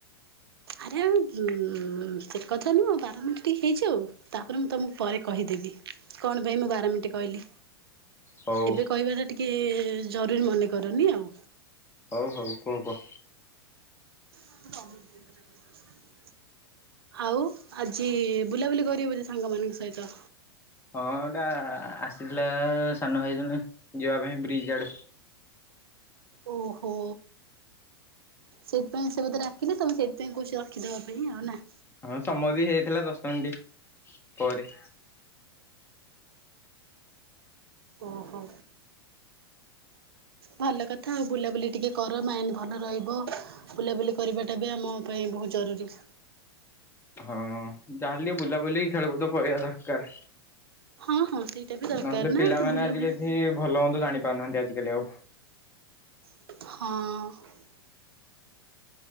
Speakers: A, on the right; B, on the left.
A: ଆରେ ଆଉ ଉ ସେ କଥା ନୁହଁ ବାର ମିନିଟ୍ ହେଇଯାଉ ତାପରେ ମୁଁ ତମକୁ ପରେ କହିଦେବି। କଣ ପାଇଁ ମୁଁ ବାର ମିନିଟ୍ କହିଲି
B: ହଉ
A: ଏବେ କହିବାଟା ଟିକେ ଜରୁରୀ ମନେ କରୁନି ଆଉ।
B: ହଉ ହଉ କୁହ କୁହ
A: ପଟ <inaudible> ଆଉ ଆଜି ବୁଲାବୁଲି କରିବ ବୋଧେ ସାଙ୍ଗ ମାନଙ୍କ ସହିତ?
B: ହଁ ଏଟା ଆସିଥିଲା ସାନ ଭାଇ ଜଣେ ଯିବା ପାଇଁ ବ୍ରିଜ୍ ଆଡେ।
A: ଓହୋ। ସେଇଥିପାଇଁ ସେ ବୋଧେ ଡାକିଲେ ତମେ ସେଥିପାଇଁ କହୁଛି ରଖିଦବା ପାଇଁ ଆଉ ନା।
B: ହଁ ସମୟ ବି ହେଇଯାଇଥିଲା ଦଶ ମିନିଟ୍ ପରେ।
A: ଓହୋ। ଭଲ କଥା ଆଉ ବୁଲାବୁଲି ଟିକେ କର ମାଇଣ୍ଡ ଭଲ ରହିବ। ବୁଲାବୁଲି କରିବାଟା ବି ଆମ ପାଇଁ ବହୁତ୍ ଜରୁରୀ‌।
B: ହଁ ଯାହା ହେଲେ ଟିକେ ବୁଲାବୁଲି ଖେଳକୁଦ କରିବା ଦରକାର।
A: ହଁ ହଁ ସେଇଟା ବି ଦରକାର
B: ନହେଲେ
A: ନା
B: ପିଲାମାନେ
A: ତ ବୁଲାବୁଲି
B: ଆଜିିକାଛି ଭଲ ମନ୍ଦ ଜାଣିପାରୁ ନାହାନ୍ତି ଆଜିକାଲି ଆଉ। <unintelligible>
A: ହଁ।